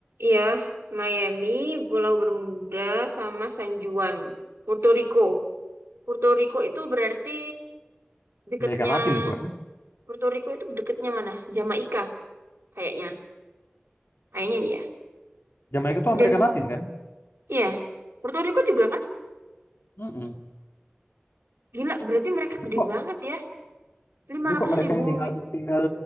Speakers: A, on the right; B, on the left.
A: Iya, Miami, Pulau Bermuda, sama San Juan, Puerto Rico. Puerto Rico itu berarti dekatnya
B: Amerika Latin itu kan,
A: Puerto Rico itu deketnya mana? Jamaika kayaknya. Kayaknya iya.
B: Jamaika itu
A: Dan
B: Amerika Latin kan,
A: iya, Puerto Rico juga kan?
B: Mm-mm.
A: Gila, berarti mereka
B: Tapi
A: gede
B: kok,
A: banget ya. Lima
B: tapi
A: ratus
B: kok mereka
A: ribu
B: yang tinggal
A: mil.
B: tinggal